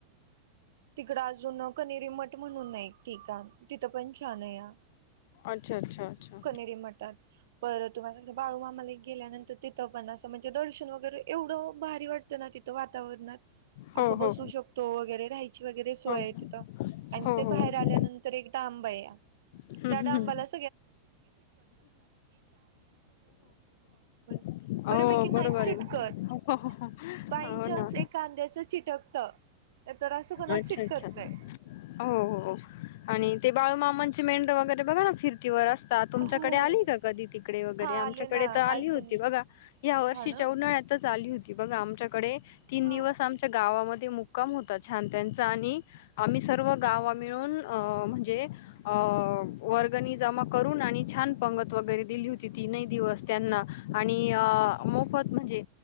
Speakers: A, on the right; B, on the left.
A: तिकडं अजून कनेरी मठ म्हणून नाही की, का तिथं पण छान आहे हा.
B: अच्छा अच्छा अच्छा
A: कनेरी मठात पर तुम्हाला सांगते बाळूमामाला गेल्यानंतर तिथं पण असं म्हणजे. दर्शन वगैरे एवढं भारी वाटतं ना तिथं वातावरणात.
B: हो
A: असं बसू
B: हो
A: शकतो वगैरे, राहायची वगैरे, सोय
B: हो
A: तिथं आणि
B: हो,
A: ते
B: हो.
A: बाहेर आल्यानंतर एक डांबा हाय
B: हं,
A: त्या
B: हं,
A: डांबाला.
B: हं.
A: <unintelligible> <inaudible>
B: हो
A: बऱ्यापैकी नाही
B: बरोबर
A: चिटकत
B: आहे हो हा हा
A: बाय
B: हो
A: चान्स
B: ना.
A: एखाद्याचं चिटकत नाही तर असं कोणाच
B: अच्छा
A: चिटकत
B: अच्छा
A: नाही
B: हो हो आणि. ते बाळूमामांचे मेढ्र वगैरे बघा ना फिरतीवर असतात. का तुमच्याकडे
A: हो
B: आली का कधी तिकडे वगैरे
A: हा
B: आमच्याकडे
A: आले ना
B: तर आली
A: ऐकून
B: होती, बघा या वर्षीच्या
A: हा ना
B: उन्हाळ्यातच. झाली होती बघ आमच्याकडे. तीन
A: हा
B: दिवस आमच्या गावामध्ये. ते मुक्काम होता छान त्यांचा आणि आम्ही सर्व गावा मिळून अ म्हणजे अ वर्गनी जमा करून आणि छान पंगत वगैरे दिली होती तीनही दिवस त्यांना आणि मोफत म्हणजे